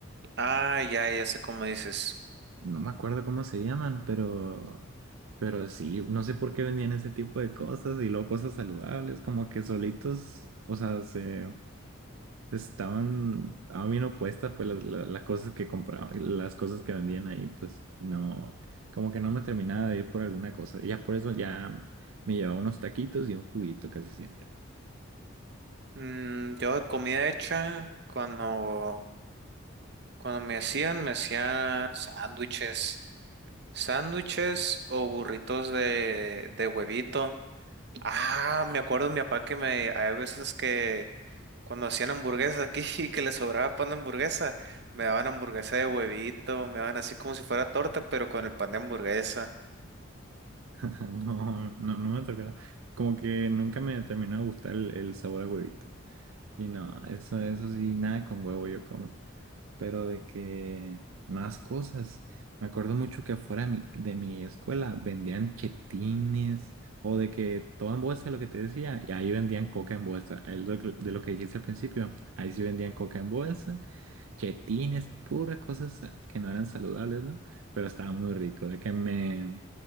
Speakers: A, on the right; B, on the right.
A: Ah, ya, ya sé cómo dices.
B: No me acuerdo cómo se llaman, pero, pero sí, no sé por qué vendían ese tipo de cosas y luego cosas saludables, como que solitos, o sea, se Estaban, estaban bien opuestas, pues las, la- las cosas que compraba, las cosas que vendían ahí, pues no, como que no me terminaba de ir por alguna cosa. Y ya por eso ya me llevaba unos taquitos y un juguito casi siempre.
A: Mm, yo de comida hecha, cuando, cuando me hacían, me hacían sándwiches. Sándwiches o burritos de, de huevito. Ah, me acuerdo de mi papá que me, hay veces que cuando hacían hamburguesas aquí <laughs> y que le sobraba pan de hamburguesa, me daban hamburguesa de huevito, me daban así como si fuera torta, pero con el pan de hamburguesa.
B: <laughs> No, no, no me tocaba. Como que nunca me terminó de gustar el, el sabor a huevito. Y no, eso, eso sí, nada con huevo yo como. pero de que más cosas. Me acuerdo mucho que afuera de mi, de mi escuela vendían chetines o de que todo en bolsa, lo que te decía, y ahí vendían coca en bolsa. Ahí lo que- de lo que dijiste al principio, ahí sí vendían coca en bolsa, chetines, puras cosas que no eran saludables, ¿no? Pero estaba muy rico, de que me...